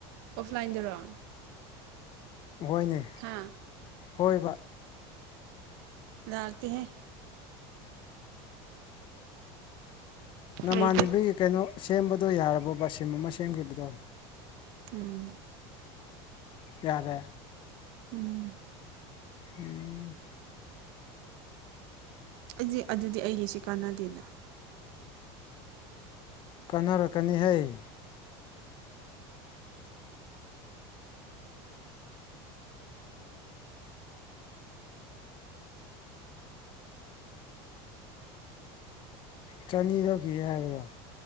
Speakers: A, on the right; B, on the left.
A: ꯑꯣꯐꯂꯥꯏꯟꯗꯔꯣ
B: ꯍꯣꯏꯅꯦ
A: ꯍꯥ
B: ꯍꯣꯏ ꯕ
A: ꯂꯗꯥꯥꯛꯇ ꯍ
B: ꯅꯃꯥꯟꯕꯤꯒꯤ
A: ꯂꯩꯇꯦ
B: ꯀꯩꯅꯣ ꯁꯦꯝꯕꯗꯣ ꯌꯥꯔꯕꯕꯕꯥ ꯁꯤꯝ ꯑꯃ ꯁꯦꯝꯈꯤꯕꯗꯣ
A: ꯎꯝ
B: ꯌꯥꯦ
A: ꯎꯝ
B: ꯎꯝ
A: ꯑꯩꯁ ꯑꯗꯨꯗꯤ ꯑꯩꯒꯤꯁꯤ ꯀꯥꯟꯅꯗꯦꯅ
B: ꯀꯥꯟꯅꯔꯛꯀꯅꯤꯍꯩ ꯆꯅꯤ ꯊꯣꯛꯀꯤ ꯍꯥꯏꯕ꯭ꯔꯣ